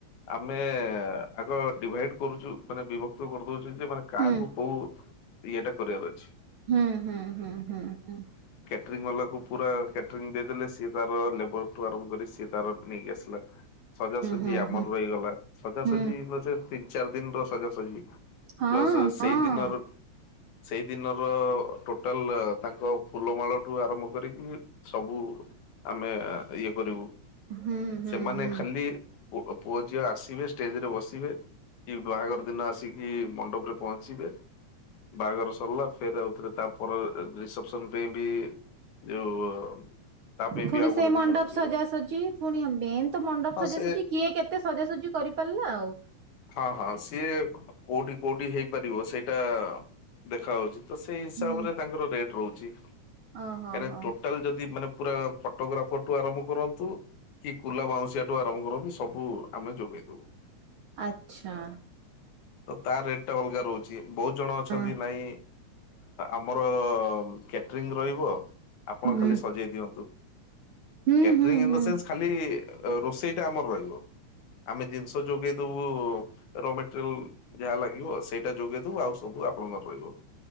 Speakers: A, on the left; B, on the right.
A: ଆମେ ଆଗ ଡିଭାଇଡ କରୁଛୁ ମାନେ ବିଭକ୍ତ କରୁ କହୁ ଯେ ମାନେ କାହାକୁ
B: ହୁଁ
A: କୋଉ ଇଏଟା କରିବାର ଅଛି।
B: ହୁଁ ହୁଁ ହୁଁ ହୁଁ ହୁଁ।
A: ତ୍ରି ମଲାକୁ ପୁରା କ୍ୟାଟରିଂ ଦେଇଦେଲେ ସ ତାର ଲେବର ଠୁ ଆରଭ କରି ସିଏ ତାର ନେଇକି ଆସିଲା। ସଜାସଜି
B: ହୁଁ
A: ଆମର
B: ହୁଁ ହୁଁ
A: ରହିଗଲା ସଜାସଜି
B: ହୁଁ
A: ପଛେ ତିନି ଚାରି ଦିନ ର ସଜାସଜି
B: ହଁ
A: ପ୍ଲସ୍ ସେଇ
B: ହଁ
A: ଦିନର ସେଇ ଦିନର ଟୋଟାଲ ତାଙ୍କ ଫୁଲମାଳଠୁ ଆରମ୍ଭ କରିକି ସବୁ। ଆମେ ଇଏ କରିବୁ
B: ହୁଁ ହୁଁ
A: ସେମାନେ
B: ହୁଁ
A: ଖାଲି ପୁଅ ଝିଅ ଆସିବେ ଷ୍ଟେଜରେ ବସିବେ। କି ବାହାଘର ଦିନ ଆସିକି ମଣ୍ଡପରେ ପହଞ୍ଚିବେ। ବାହାଘର ସରିଲା ଫେର ଆଉଥିଲେ ତାପରେ ରିସେପସନ ପାଇଁ ବି ଯୋଉ ତା ପାଇଁ
B: ପୁଣି
A: ବି ଆଉ
B: ସେ
A: ଗୋଟେ
B: ମଣ୍ଡପ
A: ଦିନ ଇଏ
B: ସଜାସଜି
A: ରହୁଛି
B: ପୁଣି ମେନ୍ ତ ମଣ୍ଡପ
A: ହଁ
B: ସଜାସଜି
A: ସେ
B: କିଏ କେତେ ସଜାସଜି କର କରିପାରିଲା ଆଉ।
A: ହଁ ହଁ ସିଏ କୋଉଠି କୋଉଠି ହେଇପାରିବ ସେଇଟା ଦେଖା ହଉଛି ତ ସେଇ ହିସାବରେ
B: ହୁଁ
A: ତାଙ୍କର ରେଟ୍ ରହୁଛି।
B: ଓହୋ
A: କାଁ
B: ହୋ
A: ଟୋଟାଲ ଯଦି ମାନେ ପୁରା ଫଟୋଗ୍ରାଫର ଠୁ ଆରମ୍ଭ କରନ୍ତୁ କି କୁଲା ବାଉଁଶଆଠୁ ଆରମ୍ଭ କରନ୍ତୁ ସବୁ ଆମେ ଯୋଗେଇ ଦବୁ।
B: ଆଛା।
A: ତ ତା ରେଟ ଟା ଅଲଗା ରହୁଛି ବହୁତ ଜଣ ଅଛନ୍ତି
B: ହଁ
A: ନାଇଁ ଆମର କ୍ୟାଟରିଂ ରହିବ ଆପଣ
B: ହୁଁ
A: ଖାଲି ସଜେଇ ଦିଅନ୍ତୁ।
B: ହୁଁ
A: କ୍ୟାଟରିଂ
B: ହୁଁ
A: ଇନ
B: ହୁଁ
A: ଦ ସେନ୍ସ ଖାଲି ରୋଷେଇ ଟା ଆମର ରହିବ। ଆମେ ଜିନିଷ ଯୋଗେଇ ଦବୁ ର ମେଟେରିଆଲ ଯାହା ଲାଗିବ ସେଇଟା ଯୋଗେଇ ଦବୁ ଆଉ ସବୁ ଆପଣଙ୍କର ରହିବ